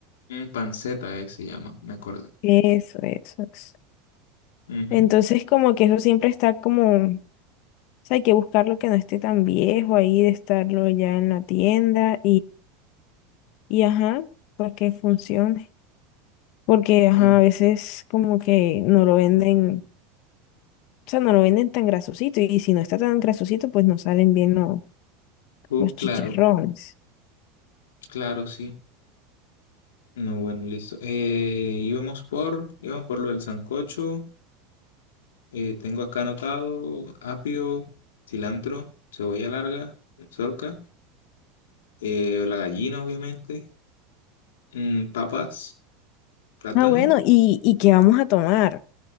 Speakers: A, on the left; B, on the left.
A: Mm, panceta eh, se llama, me acordé.
B: Eso, eso, eso.
A: Ujú.
B: Entonces como que eso siempre está como, o sea, hay que buscarlo que no esté tan viejo ahí, de estarlo ya en la tienda Y ajá, porque funcione. Porque ajá,
A: Bueno,
B: a veces como que no lo venden, o sea, no lo venden tan grasosito. Y si no está tan grasosito, pues no salen bien los,
A: uh,
B: los
A: claro,
B: chicharrones.
A: claro, sí. No, bueno, listo. Eh, íbamos por, íbamos por lo del sancocho. Eh, tengo acá anotado apio, cilantro, cebolla larga, zorca, eh, la gallina, obviamente. mm, papas, plátano.
B: Ah, bueno, ¿y, y qué vamos a tomar?